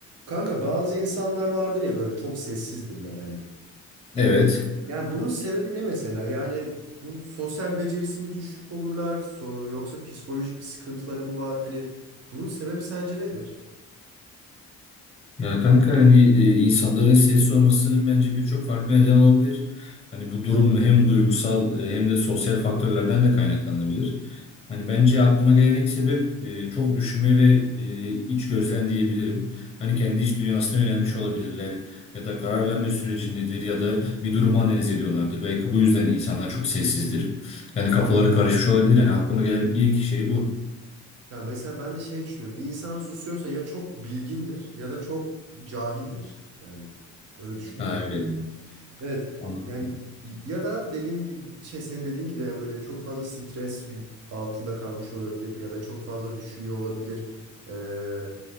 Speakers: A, on the right; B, on the left.
A: Kanka bazı insanlar vardır ya böyle çok sessizdirler hani.
B: Evet.
A: Yani bunun sebebi ne mesela? Yani bu sosyal becerisi mi düşük olurlar so- yoksa psikolojik bir sıkıntıları mı var? Hani bunun sebebi sence nedir?
B: Ya kanka hani e, insanların sessiz olmasının bence birçok farklı neden olabilir. Hani bu durum hem duygusal e, hem de sosyal faktörlerden de kaynaklanabilir. Hani bence aklıma gelen ilk sebep e, çok düşünme ve e, iç gözlem diyebilirim. Hani kendi iç dünyasına yönelmiş olabilirler ya da karar verme sürecindedir ya da bir durumu analiz ediyorlardır. Belki bu yüzden insanlar çok sessizdir. Yani kafaları karışmış olabilir. Yani aklıma gelen ilk şey bu.
A: Ya mesela ben de şey düşünüyorum. Bir insan susuyorsa ya çok bilgindir ya da çok cahildir. Yani öyle düşünüyorum.
B: Ha öyle. diyorum.
A: Evet
B: Anladım.
A: yani y- ya da dediğim gibi şey senin dediğin gibi yani böyle çok fazla stres yü- altında kalmış olabilir ya da çok fazla düşünüyor olabilir. Ee,